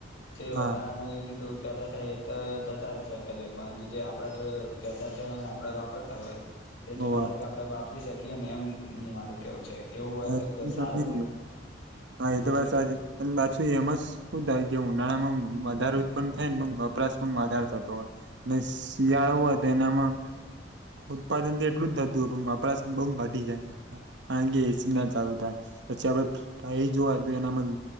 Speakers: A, on the left; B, on the right.
A: જે
B: હા
A: વધારા ના યુનિટ ઉ્યા તો જતા રહે સરકાર જોડે પરંતુ જે આપડા જોડે પેદા થયા હોય ને આપડે વાપરતા હોય એ તો
B: ઓવે
A: ડાયરેક્ટ આપડે વાપરી શકીએ ને એમું મારું કેવું છે એવું હોય
B: હા એ તો સમજી
A: સારું
B: ગયો
A: ને
B: હા એ તો બ
A: જે
B: સાજેછું એમ શું જે ઉનાળામાં વધાર પણ થાય ને પણ વપરાશ પણ વધાર થતો હોય શિયાળો નામાં ઉત્પાદન તો એટલું જ થતું પણ વપરાશ બઉુ ઘટી જાયે ના ચાલુ થાય પછી આપડેાય જોવા તો એનામાં